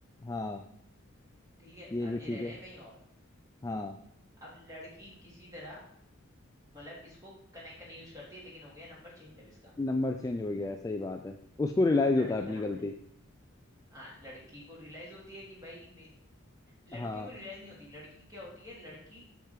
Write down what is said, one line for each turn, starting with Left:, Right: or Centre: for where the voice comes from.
Left: हाँ
Right: ठीक है
Left: ये
Right: अब
Left: भी
Right: ये
Left: ठीक
Right: रह रहे
Left: है
Right: हैं कहीं और
Left: हाँ
Right: अब लड़की किसी तरह मतलब इसको कनेक्ट करने यूज करती है लेकिन हो गया नंबर चेंज अब इसका
Left: नंबर चेंज हो गया है सही बात है उसको रियलाइज
Right: लड़के
Left: होता है अपनी
Right: का नंबर
Left: गलती
Right: हाँ लड़की को रियलाइज होती है कि भाई मेरी लड़की
Left: हाँ
Right: को रियलाइज नहीं होती लड़की की क्या होती है लड़की